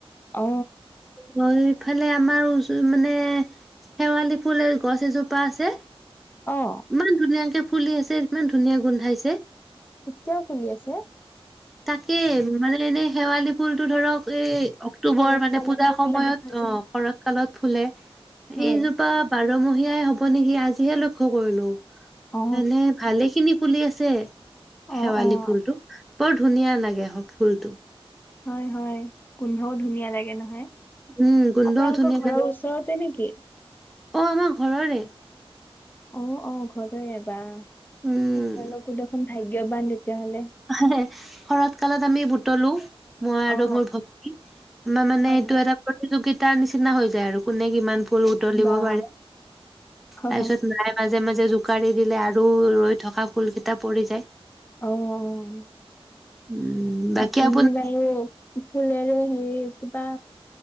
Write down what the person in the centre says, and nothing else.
মই ইফালে আমাৰ উ মানে শেৱালি ফুলৰ গছ এজোপা আছে
ইমান ধুনীয়াকে ফুলি আছে ইমান ধুনীয়া গোন্ধাইছে।
তাকে মানে এনেই শেৱালি ফুলটো ধৰক এই অক্ট অক্টোবৰ
মানে
পূজাৰ
সময়ত
অ
শৰত কালত ফুলে,
এইজোপা বাৰমহীয়াই হ'ব নেকি আজিহে লক্ষ্য কৰিলো।
এনে ভালে খিনি ফুলি আছে
শেৱালি
ফুলটো। বৰ ধুনীয়া লাগে হ ফুলটো।
উম গোন্ধও
ধুনীয়া
লাগে
অ আমাৰ ঘৰৰে।
উম
আ হে হে শৰৎ কালত আমি বুটলো। মই আৰু
মোৰ ভন্টি আমাৰ মানে
এইটো
এটা প্ৰতি প্ৰতিযোগিতাৰ নিচিনা হৈ যায় আৰু কোনে কিমান ফুল বুটলিব
পাৰে,
তাৰপিছত
নাই মাজে-মাজে জোকাৰি দিলে আৰু ৰৈ থকা ফুলকেইটা পৰি যায়।
উম'। বাকী
আপোনাৰ